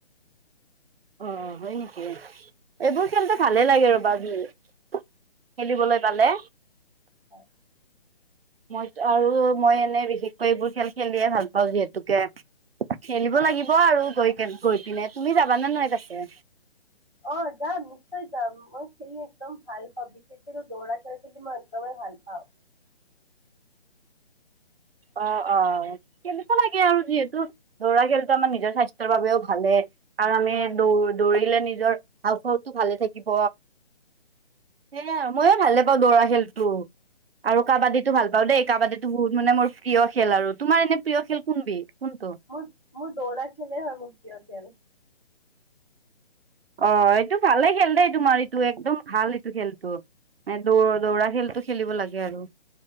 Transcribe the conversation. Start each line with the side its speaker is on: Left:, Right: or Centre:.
Right: অ, হয় নেকি এইবোৰ খেলটো ভালে লাগে ৰ'বা যি খেলিবলৈ পালে।
Centre: হয়।
Right: মই আৰু মই এনে বিশেষ এইবোৰ খেল খেলিয়ে ভাল পাও যিহেতুকে খেলিব
Centre: হয়
Right: লাগিব আৰু গৈ গৈ পিনে, তুমি যাবানে নাই পাছে?
Centre: অ, যাম নিশ্চয় যাম মই খেলি একদম ভাল পাব বেছিকৈ দৌৰা খেল খেলি মই একদমেই ভাল পাও।
Right: অ', অ', খেলিব লাগে আৰু যিহেতু দৌৰা খেলটো আমাৰ নিজৰ স্বাস্থ্যৰ বাবেও ভালে। আৰু আমি
Centre: হয়
Right: দৌ দৌৰিলে নিজৰ হাউফাউটো ভালে থাকিব সেয়াই আৰু ময়ো ভালে পাও দৌৰা খেল টো আৰু কাবাডীটো ভাল পাও দেই কাবাডী বহুত মানে মোৰ প্ৰিয় খেল আৰু, তোমাৰ এনে প্ৰিয় খেল কোন বিধ কোনটো?
Centre: মোৰ - মোৰ দৌৰা খেলে হয় মোৰ প্ৰিয় খেল।
Right: অ, এইটো ভালে খেল দেই তোমাৰ এইটো একদম ভাল এইটো খেলটো। এ দৌ-দৌৰা খেলটো খেলিব লাগে আৰু।